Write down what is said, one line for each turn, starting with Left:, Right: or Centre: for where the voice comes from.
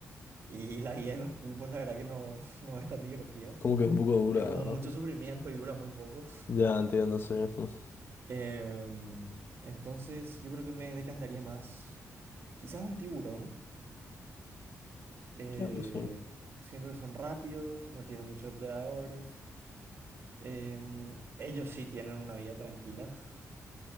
Right: y la vida de los pulpos, la verdad que no, <laughs> no es tan divertida.
Left: Como que es un poco dura,
Right: Es como
Left: ¿verdad?
Right: mucho sufrimiento y dura muy poco.
Left: Ya entiendo, sí. <laughs>
Right: Em, entonces, yo creo que me decantaría más, quizás un tiburón. Eh,
Left: Claro, sí.
Right: siento que son rápidos, no tienen muchos depredadores. Em, ellos sí tienen una vida tranquila. <laughs>